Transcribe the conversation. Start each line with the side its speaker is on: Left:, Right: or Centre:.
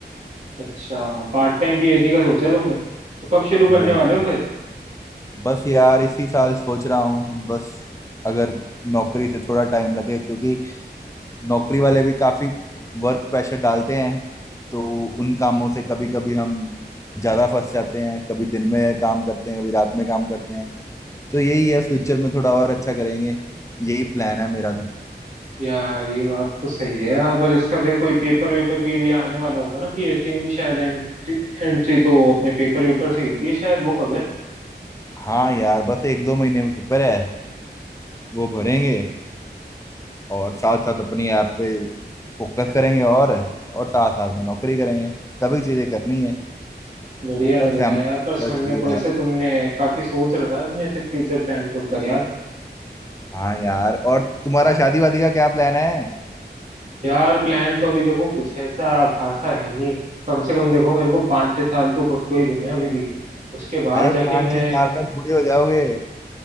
Right: अच्छा पार्ट टाइम पीएचडी का सोचा है तुमने तो कब शुरू करने
Left: बिल्कुल
Right: वाले हो फिर
Left: बस यार इसी साल सोच रहा हूँ बस अगर नौकरी से थोड़ा टाइम लगे क्योंकि नौकरी वाले भी काफी वर्क प्रेशर डालते हैं तो उन कामों से कभी कभी हम ज्यादा फंस जाते हैं कभी दिन में काम करते हैं कभी रात में काम करते हैं तो यही है फ्यूचर में थोड़ा और अच्छा करेंगे यही प्लान है मेरा तो
Right: यार ये बात तो सही है यार पर इसका फिर कोई पेपर वेपर भी अभी आने वाला होगा ना पीएचडी में भी शायद एंट्री एंट्री तो अपने पेपर वेपर से ही होती है शायद वो कब है
Left: हाँ यार बस एक दो महीने में पेपर है वो भरेंगे
Right: यार
Left: और साथ साथ अपनी ऐप पे फोकस करेंगे और और साथ साथ में नौकरी करेंगे सभी चीजें करनी है
Right: बढ़िया लग
Left: और फैमिली
Right: रहा है यार पर सुनने
Left: चलिए
Right: को
Left: यार
Right: ऐसे तुमने काफी सोच रखा है अपने ऐसे फ्यूचर प्लान के ऊपर यार
Left: हाँ यार और तुम्हारा शादी वादी का क्या प्लान है
Right: यार प्लान तो अभी देखो कुछ ऐसा खासा है नहीं कम से कम देखो मेरे को पाँच छह साल तो खुद को ही देने हैं अभी भी उसके बाद
Left: अरे
Right: जाके
Left: पाँच
Right: मैं
Left: छह साल में बूढ़े हो जाओगे